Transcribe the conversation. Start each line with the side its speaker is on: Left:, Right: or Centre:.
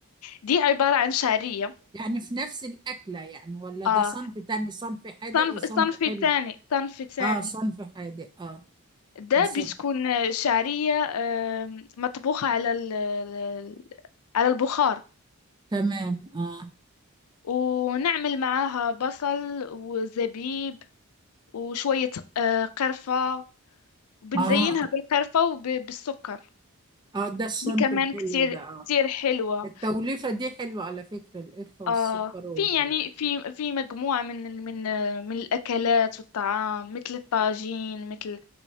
Left: دي عبارة عن شعرية
Right: يعني في نفس الأكلة يعني ولا ده
Left: آه
Right: صنف تاني صنف حادق
Left: صنف
Right: وصنف
Left: صنف
Right: حلو
Left: ثاني صنف ثاني
Right: آه صنف حادق آه
Left: ده
Right: وصنف
Left: بتكون شعرية آم، مطبوخة على ال ال- على البخار
Right: تمام آه
Left: ونعمل معاها بصل وزبيب وشوية آه، قرفة وبنزينها
Right: آه
Left: بالقرفة وبالسكر
Right: آه ده الصنف
Left: دي كمان
Right: الحلو
Left: كتير
Right: ده آه
Left: كتير حلوة
Right: التوليفة دي حلوة على فكرة القرفة والسكر
Left: آه
Right: وال
Left: في يعني في في مجموعة من من آه، من الأكلات والطعام مثل الطاجين مثل